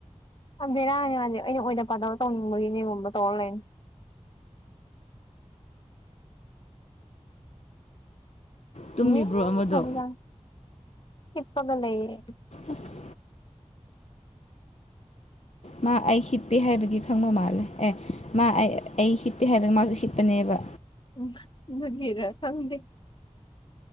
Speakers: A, on the left (about 45°); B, on the left (about 65°).
A: ꯄꯨꯔꯥ ꯕꯦꯔꯥꯅꯤ ꯃꯥꯗꯤ ꯑꯩꯅ ꯑꯣꯏꯗ ꯄꯥꯗꯕ ꯇꯧꯅꯤꯡꯕꯒꯤꯅꯦꯒꯨꯝꯕ ꯇꯧꯔꯒ ꯂꯩꯅꯤ
B: ꯇꯨꯝꯃꯤꯕ꯭ꯔꯣ
A: ꯇꯨꯝꯅꯤꯡꯈ꯭ꯔꯕ
B: ꯑꯃꯗꯣ
A: ꯖꯥꯠꯅꯤ ꯍꯤꯞꯄꯒ ꯂꯩꯔꯦ
B: ꯑꯁ ꯃꯥ ꯑꯩ ꯍꯤꯞꯄꯦ ꯍꯥꯏꯕꯒꯤ ꯈꯪꯕ ꯃꯥꯜꯂꯦ ꯑꯦ ꯃꯥ ꯑꯩ ꯑꯩ ꯍꯤꯠꯄꯦ ꯍꯥꯏꯕꯒꯤ ꯃꯥꯁꯨ ꯍꯤꯠꯄꯅꯦꯕ
A: ꯎꯝ ꯑꯗꯨꯒꯤꯔ ꯈꯪꯗꯦ